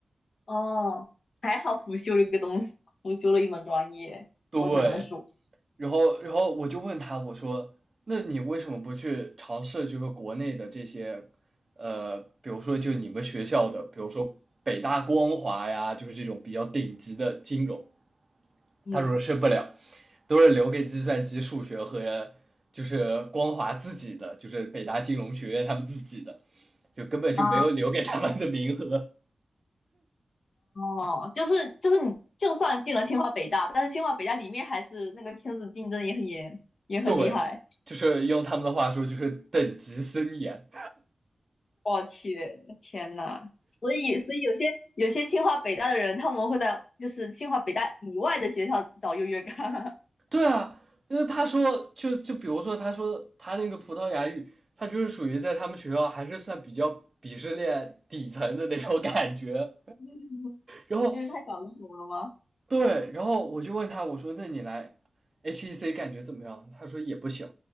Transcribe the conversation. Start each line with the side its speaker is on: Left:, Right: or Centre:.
Left: 哦，还好辅修了一个东西，辅修了一门专业，
Right: 对，
Left: 我只能说，
Right: 然后然后我就问他，我说，那你为什么不去尝试就是国内的这些，呃，比如说就你们学校的，比如说北大光华呀，就是这种比较顶级的金融。
Left: 嗯，
Right: 他说申不了，都是留给计算机、数学和就是光华自己的，就是北大金融学院他们自己的，就根本就没有留给他们的名额。
Left: 啊，哦，就是就是你就算进了清华北大，但是清华北大里面还是那个圈子竞争也很严，也很厉害。
Right: 对，就是用他们的话说，就是等级森严。
Left: 我去，天呐！所以，所以有些有些清华北大的人，他们会在就是清华北大以外的学校找优越感，
Right: 对啊，因为他说，就就比如说，他说他那个葡萄牙语，他就是属于在他们学校还是算比较鄙视链底层的那种感觉。
Left: <laughs>
Right: 然后
Left: 因为太小语种了吗？
Right: 对，然后我就问他，我说那你来 HEC 感觉怎么样？他说也不行。